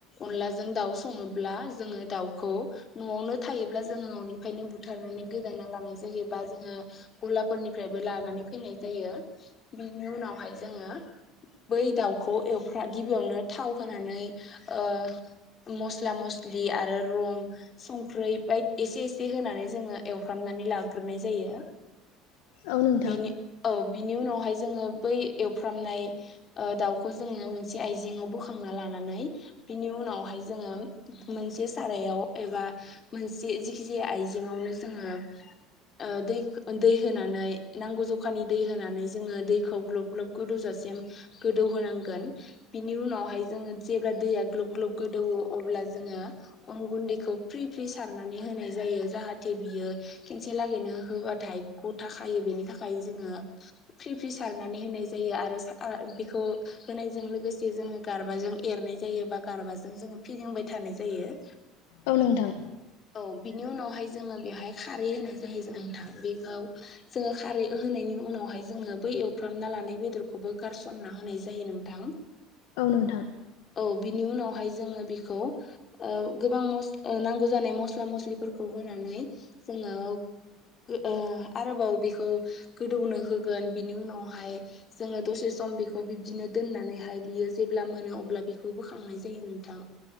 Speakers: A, on the left; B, on the left.
A: अनलाजों दाउ सङोब्ला जोङो दाउखौ न'आवनो थायोब्ला जोङो न'निफ्रायनो बुथारनानै गोदाना लानाय जायोबा जोङो गलाफोरनिफ्रायबो लानानै फैनाय जायो बिनि उनावहाय जोङो बै दाउखौ एवफ्रा गिबियावनो थाव होनानै ओ मस्ला मस्लि आरो रं संख्रि बाय एसे एसे होनानै जोङो एवफ्रामनानै लाग्रोनाय जायो।
B: औ नोंथां।
A: बिनि औ बिनि उनावहाय जोङो बै एवफ्रामनाय ओ दाउखौ जोङो मोनसे आइजेंआव बोखांना लानानै बिनि उनावहाय जोङो मोनसे सारायाव एबा मोनसे जिखि जाया आयजेंआवनो जोङो ओ दै दै होनानै नांगौ जखानि दै होनानै जोङो दैखौ ग्लुब ग्लुब गोदौजासिम गोदौहांगोन। बिनि उनावहाय जोङो जेब्ला दैया ग्लोब ग्लोब गोदौवो अब्ला जोङो अन गुन्दैखौ फ्रि फ्रि सारनानै होनाय जायो जाहाथे बियो खेनसे लागैनो होबा बाथाइ ग' थाखायो बेनि थाखाय जोङो फ्रि फ्रि सारनानै होनाय जायो आरो बेखौ होनायजों लोगोसे जोङो गारबाजों एरनाय जायो बा गारबाजों जोङो फिदिंबाय थानाय जायो। <inaudible>
B: औ नोंथां।
A: औ बिनि उनावहाय जोङो बेवहाय खारै होनाय जायो नोंथां बेखौ जोङो खारै होनायनि उनावहाय जोङो बै एवफ्रामना लानाय बेदरखौबो गारसनना होनाय जायो नोंथां। <inaudible>
B: औ नोंथां।
A: औ बिनि उनावहाय जोङो बेखौ ओ गोबां ओ नांगौ जानाय मस्ला मस्लिफोरखौ होनानै जोङो ओ आरोबाव बेखौ गोदौनो होगोन बिनि उनावहाय जोङो दसे सम बेखौ बिब्दिनो दोननानैहाय बियो जेब्ला मोनो अब्ला बेखौ बोखांनाय जायो नोंथां।